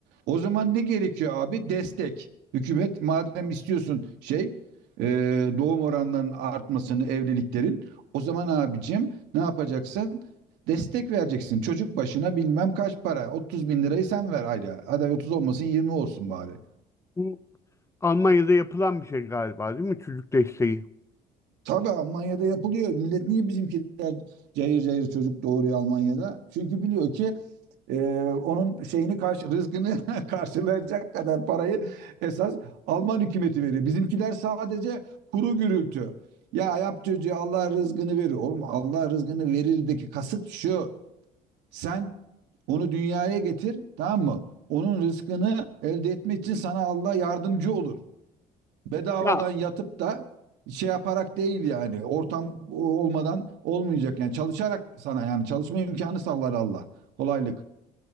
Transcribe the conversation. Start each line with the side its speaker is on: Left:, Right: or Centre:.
Right: O zaman ne gerekiyor abi? Destek. Hükümet madem istiyorsun şey e, doğum oranlarının artmasını evliliklerin o zaman abicim ne yapacaksın? Destek vereceksin. Çocuk başına bilmem kaç para. 30 bin lirayı sen ver ayda. Hadi 30 olmasın 20 olsun bari.
Left: Bu Almanya'da yapılan bir şey galiba değil mi? Çocuk desteği.
Right: Tabii Almanya'da yapılıyor. Millet niye bizimkiler cayır cayır çocuk doğuruyor Almanya'da? Çünkü biliyor ki e, onun şeyini karşı rızkını <laughs> karşılayacak kadar parayı esas Alman hükümeti veriyor. Bizimkiler sadece kuru gürültü. Ya yap çocuğu Allah rızkını verir. Oğlum Allah rızkını verirdeki kasıt şu. Sen onu dünyaya getir, tamam mı? Onun rızkını elde etmek için sana Allah yardımcı olur. Bedavadan
Left: Ya
Right: yatıp da şey yaparak değil yani ortam olmadan olmayacak yani çalışarak sana yani çalışma imkanı sağlar Allah. Kolaylık.